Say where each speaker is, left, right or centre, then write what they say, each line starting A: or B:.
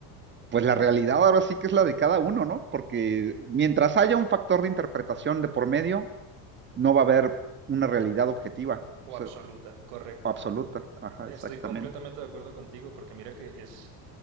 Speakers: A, on the right; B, on the right.
A: pues la realidad ahora sí que es la de cada uno, ¿no? Porque mientras haya un factor de interpretación de por medio, no va a haber una realidad objetiva,
B: O
A: o sea,
B: absoluta, correcto.
A: absoluta. Ajá,
B: Estoy
A: exactamente.
B: completamente de acuerdo contigo porque mira que es